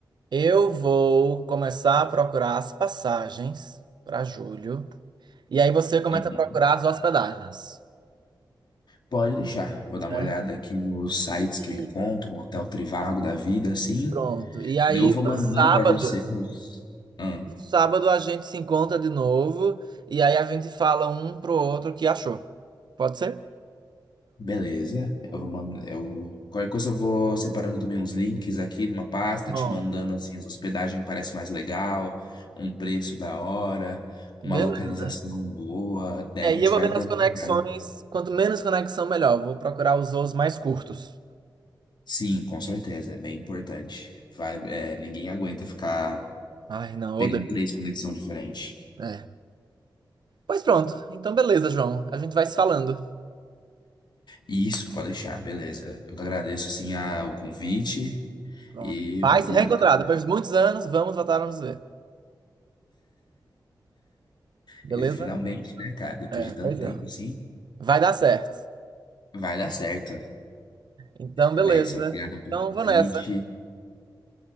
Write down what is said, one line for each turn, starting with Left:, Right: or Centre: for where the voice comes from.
Right: Eu vou começar a procurar as passagens para julho. E aí você começa
Left: Uhum.
Right: a procurar as hospedagens.
Left: Pode deixar. Vou
Right: Certo?
Left: dar uma olhada aqui nos sites
Right: E
Left: que eu encontro, um hotel Trivago da vida, assim.
Right: Pronto. E aí
Left: Daí Eu vou
Right: no
Left: mandando
Right: sábado,
Left: pra vocês. Ah,
Right: no sábado a gente se encontra de novo e aí a gente fala um pro outro o que achou. Pode ser?
Left: beleza. Eu vou mandando, eu... Qualquer coisa eu vou separando também uns links aqui numa pasta,
Right: Bom,
Left: te mandando, assim, as hospedagem que parece mais legal, um preço da hora, uma
Right: beleza.
Left: localização boa. Daí
Right: É,
Left: a gente
Right: E eu vou
Left: vai
Right: vendo
Left: dando
Right: as conexões.
Left: uma olhada.
Right: Quanto menos conexão, melhor. Eu Vou procurar os voos mais curtos.
Left: Sim, com certeza, é bem importante. Vai, é, ninguém aguenta ficar
Right: Ai, não,
Left: pegando
Right: odeio.
Left: três conexões diferentes.
Right: É. Pois pronto. Então, beleza, João. A gente vai se falando.
Left: Isso, pode deixar, beleza. Eu que agradeço, assim, a, o convite
Right: Pronto.
Left: e
Right: Vai
Left: vamos
Right: se
Left: lá,
Right: reencontrar.
Left: cara.
Right: Depois de muitos anos, vamos voltar a nos ver. Beleza?
Left: E finalmente, né, cara, depois
Right: É,
Left: de tanto
Right: pois
Left: tempo,
Right: é.
Left: assim,
Right: Vai dar certo.
Left: vai dar certo.
Right: Então, beleza.
Left: Mestre, obrigado pelo
Right: Então,
Left: convite,
Right: vou nessa.